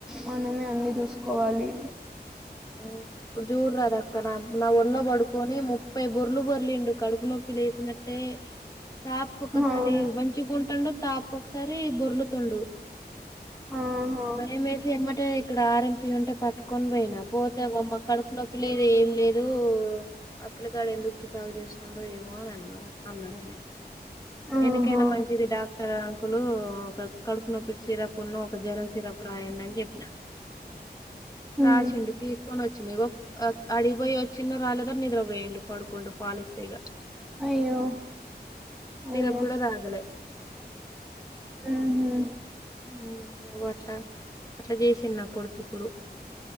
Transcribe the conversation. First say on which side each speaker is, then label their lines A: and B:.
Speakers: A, in the centre; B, on the left.
A: మనమే అన్ని చూసుకోవాలి
B: ఆ ఇప్పుడు జూడు రాదు అక్క నా నా ఒళ్ళ పడుకొని ముప్పై బొర్లు బొర్లిండు కడుపు నొప్పిలు వేసినట్టే తాపుకక్కసారి
A: అవును
B: మంచిగుంటండు తాపకొసారి బొర్లుతుండు
A: ఆహా
B: భయం వేసి ఏమ్మటే ఇక్కడ ఆర ఎంపి ఉంటే పట్టుకొని పోయినా పోతే బమ్మ కడుపు నొప్పి లేదు ఏం లేదు ఇ అ పిలకాడ ఎందుకు చికాకు చేసుకుండో ఏమో అని అన్నారు అన్నడనే
A: ఆహా
B: ఎందుకైనా మంచిది డాక్టర్ అంకులు ఒక కడుపు నొప్పి సిరప్ ఉన్న ఒక జరన్ సిరప్ రాయండి అని చెప్పిన రా్రాసిండు
A: ఉమ్.
B: తీసుకొని వచ్చ మీగ అడిగిపోయి వచ్చినో రాలేద నిద్ర పోఇన్డు పడుకోండు పాలిస్తే ఇక
A: అయ్యో
B: సిరప్
A: అవును
B: కూడా తాగాలే
A: మ్మ్ హ్మ్
B: ను్ అట్లా అట్లా చేసి చిన్న కొడుకి ఇప్పుడు